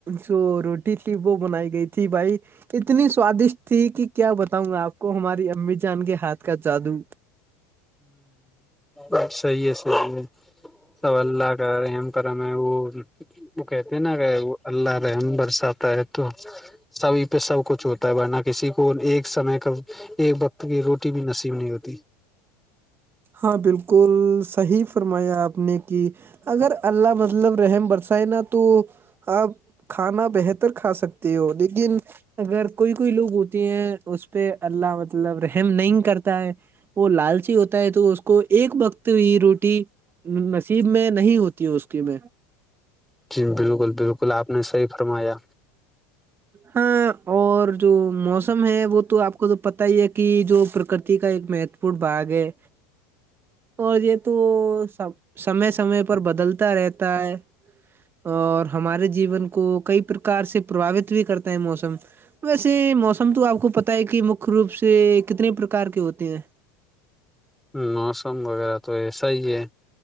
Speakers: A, on the right; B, in the centre.
A: جو روٹی تھی وہ بنائی گئی تھی بھائی اتنی سوادشٹ ٹھیک ہی کیا بتاؤں گا آپ کو ہماری امی جان کے ہاتھ کا جادو
B: ہوں سی ہے سی ہے سو اللہ کرم کرم ہے وہ وہ کہتے ہیں نا کہ وہ اللہ رحم برساتتا ہے تو سبھی پہ سب کچھ ہوتا ہے ورنہ کسی کو ایک سمے کا ایک وقت کی روٹی بھی نصیب نہیں ہوتی
A: ہاں بالکل صحیح فرمایا آپ نے کہ اگر اللہ مطلب رحم برسائے نا تو آپ کھانا بہتر کھا سکتے ہو لیکن اگر کوئی کوئی لوگ ہوتی ہیں اس پہ اللہ مطلب رہ ہم نہیں کرتا ہے وہ لالچی ہوتی ہے تو اس کو ایک وقت روٹی نصیب میں نہیں ہوتی اس کے میں
B: جی بالکل بالکل آپ نے صحیح فرمایا
A: ہاں اور جو موسم ہے وہ تو آپ کو تو پتا ہی ہے کہ جو پرکرتی کا ایک مہتوپورن بھاگ ہے اور یہ تو س سمے سمے پر بدلتا رہتا ہے اور ہمارے جیون کو کئی پرکار سے پرباوت بھی کرتا ہے موسم ویسے موسم تو آپ کو پتا ہے کہ مکہ روپ سے کتنے پرکار کے ہوتے ہیں
B: موسم وغیرہ تو ایسا ہی ہے